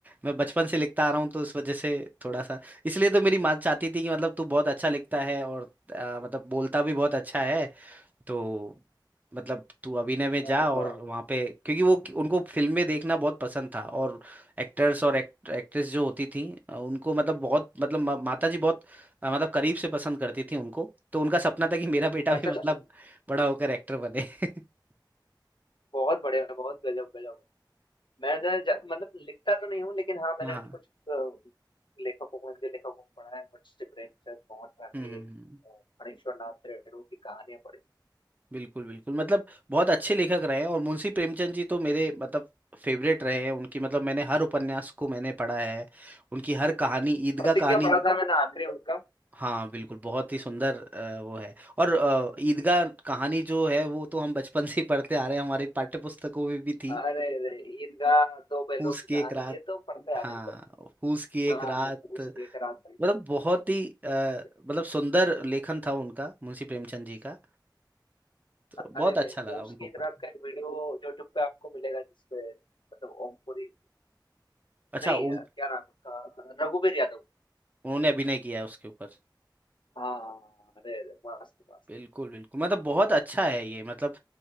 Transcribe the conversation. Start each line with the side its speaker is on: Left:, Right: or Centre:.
Right: मैं बचपन से लिखता आ रहा हूँ तो उस वजह से थोड़ा सा इसलिए तो मेरी माँ चाहती थी कि मतलब तू बहुत अच्छा लिखता है और अ, मतलब बोलता भी बहुत अच्छा है तो मतलब तू अभिनय में जा
Left: अरे
Right: और
Left: वाह वाह।
Right: वहाँ पे क्योंकि वो उनको फिल्म में देखना बहुत पसंद था और एक्टर्स और एक्ट, एक्ट्रेस जो होती थी अ, उनको मतलब बहुत मतलब मा- माता जी बहुत अ, मतलब करीब से पसंद करती थी उनको तो उनका सपना था कि मेरा बेटा
Left: अच्छा
Right: भी
Left: अच्छा
Right: मतलब
Left: अच्छा
Right: बड़ा होकर एक्टर बने <laughs>
Left: बहुत बढ़िया बहुत गजब गजब मैंने ज- मतलब लिखता तो नहीं हूँ लेकिन हाँ मैंने
Right: हाँ
Left: कुछ अ, लेखकों को हिंदी लेखकों को पढ़ा है मुंशी प्रेमचंद मोहन राकेश
Right: हम्म हम्म, हम्म,
Left: अ, फणीश्वर नाथ रेणु की कहानियां पढ़ी
Right: बिल्कुल बिल्कुल मतलब बहुत अच्छे लेखक रहे हैं और मुंशी प्रेमचंद जी तो मेरे मतलब फेवरेट रहे हैं उनकी मतलब मैंने हर उपन्यास को मैंने पढ़ा है उनकी हर कहानी ईदगाह
Left: प्रतिज्ञा
Right: कहानी
Left: पढ़ा था मैंने आखिरी उनका
Right: हाँ बिल्कुल बहुत ही सुंदर अ, वो है और अ, ईदगाह कहानी जो है वो तो हम बचपन से ही पढ़ते आ रहे हैं हमारी पाठ्य पुस्तकों में भी थी
Left: अरे रे, ईदगाह दो बैलों
Right: फूस
Left: की
Right: की
Left: कहानी
Right: एक रात
Left: ये तो पढ़ते आ रहे
Right: हाँ
Left: थे
Right: फूस की एक
Left: हाँ
Right: रात
Left: उसके एक रात
Right: मतलब बहुत ही अ,
Left: में।
Right: मतलब सुंदर लेखन था उनका मुंशी प्रेमचंद जी का तो बहुत
Left: अरे
Right: अच्छा लगा
Left: वो उसकी
Right: उनको पढ़कर
Left: रात का एक वीडियो यूट्यूब पे आपको मिलेगा जिसपे मतलब ओमपुरी
Right: अच्छा
Left: नहीं
Right: ओम
Left: है क्या नाम उसका रघुवीर यादव
Right: उन्होंने अभिनय किया है उसके ऊपर
Left: हाँ अरे अरे मस्त मस्त
Right: बिल्कुल बिल्कुल मतलब बहुत अच्छा है ये मतलब